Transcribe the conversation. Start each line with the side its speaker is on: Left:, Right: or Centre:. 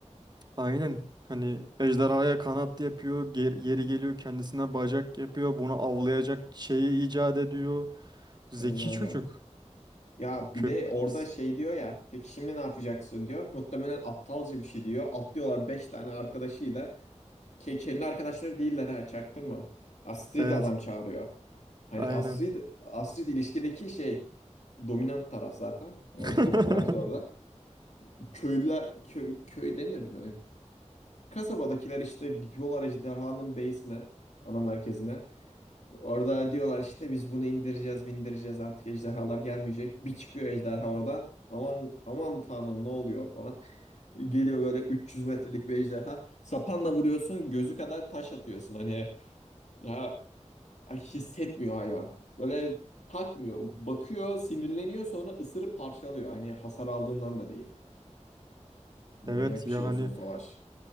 Right: Aynen. Hani ejderhaya kanat yapıyor, ger- yeri geliyor kendisine bacak yapıyor, bunu avlayacak şeyi icat ediyor. Zeki
Left: Öyle öyle.
Right: çocuk.
Left: Ya bir
Right: Köyden
Left: de orada
Right: iyiyiz.
Left: şey diyor ya. Peki şimdi ne yapacaksın diyor. Muhtemelen aptalca bir şey diyor. Atlıyorlar 5 tane arkadaşıyla. Ke kendi arkadaşları değiller ha çaktırma. Astrid
Right: Evet,
Left: adam çağırıyor. Hani
Right: aynen.
Left: Astrid, Astrid ilişkideki şey dominant taraf zaten. O
Right: <laughs>
Left: çok bariz orada. Köylüler, köy, köy denir böyle. Kasabadakiler işte gidiyorlar ejderhanın beysine, ana merkezine. Orada diyorlar işte biz bunu indireceğiz, indireceğiz artık ejderhalar gelmeyecek. Bir çıkıyor ejderha oradan. Aman aman tanrım ne oluyor falan. Geliyor böyle 300 metrelik bir ejderha. Sapanla vuruyorsun, gözü kadar taş atıyorsun. Hani ya Ay, hissetmiyor hayvan. Böyle takmıyor. Bakıyor, sinirleniyor sonra ısırıp parçalıyor. Hani hasar aldığından da değil. Manyak
Right: Evet
Left: bir
Right: ya
Left: şey
Right: hani
Left: olsun Savaş.